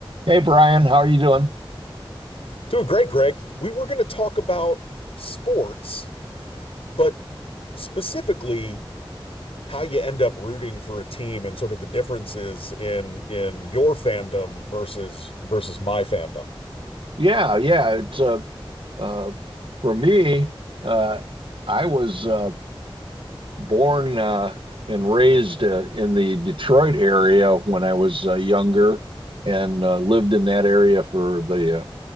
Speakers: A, on the right (about 65°); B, on the left (about 85°).
A: Hey Brian, how are you doing?
B: Doing great, Greg. We were going to talk about sports, but specifically how you end up rooting for a team and sort of the differences in in your fandom versus versus my fandom.
A: Yeah, yeah. It's uh, uh, for me, uh, I was uh, born uh, and raised uh, in the Detroit area when I was uh, younger, and uh, lived in that area for the